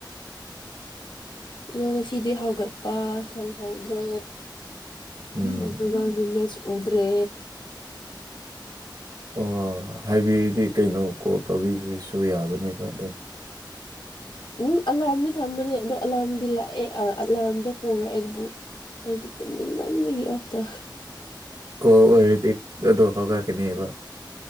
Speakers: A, on the left; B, on the right.
A: ꯉꯁꯤꯗꯤ ꯍꯧꯒꯠꯄ ꯁꯪꯍꯧꯗ꯭ꯔꯦ꯫
B: ꯎꯝ
A: ꯄꯣꯔꯇꯨꯒꯜꯒꯤ ꯃꯦꯆ ꯎꯗ꯭ꯔꯦ꯫
B: ꯑꯣ ꯍꯥꯏꯕꯤꯗꯤ ꯀꯩꯅꯣ ꯀꯣꯜ ꯇꯧꯕꯤꯒ꯭ꯔꯁꯨ ꯌꯥꯕꯅꯦꯕ ꯑꯗꯣ꯫
A: ꯎꯝ ꯑꯂꯥꯔꯝꯗꯤ ꯊꯝꯕꯅꯦ ꯑꯗꯣ ꯑꯂꯥꯔꯝꯗꯤ ꯂꯥꯛꯑꯦ ꯑꯂꯥꯔꯝꯗꯣ ꯀꯣꯡꯂꯛꯑꯦ ꯑꯗꯨꯕꯨ ꯑꯩꯗꯣ ꯇꯨꯝꯅꯤꯡꯃꯟꯕꯒꯤ ꯑꯣꯐꯇ
B: ꯀꯣꯜ ꯑꯣꯏꯔꯗꯤ ꯑꯗꯣ ꯍꯧꯒꯠꯀꯅꯦꯕ꯫